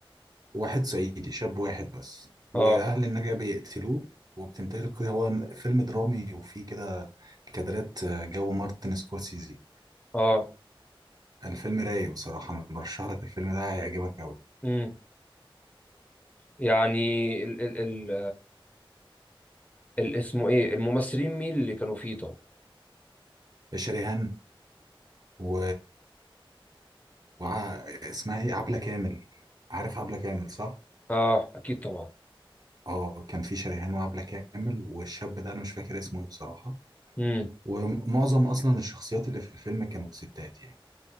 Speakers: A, on the right; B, on the left.
A: واحد صعيدي شاب واحد بس واهل
B: اه
A: النجا بيقتلوه وبتنتقل هو فيلم درامي وفيه كده كادرات آه، جو مارتن سكورسيزي
B: اه
A: الفيلم رايق بصراحة انا برشح لك الفيلم ده هيعجبك قوي
B: امم يعني ال ال ال ال- اسمه ايه الممثلين مين اللي كانوا فيه طب
A: شريهان و... وع... اسمها ايه عبلة كامل عارف عبلة كامل صح
B: اه اكيد طبعا
A: اه كان في شريهان وعبلة كامل والشاب ده انا مش فاكر اسمه ايه بصراحة
B: امم
A: ومعظم اصلا الشخصيات اللي في الفيلم كانوا ستات يعني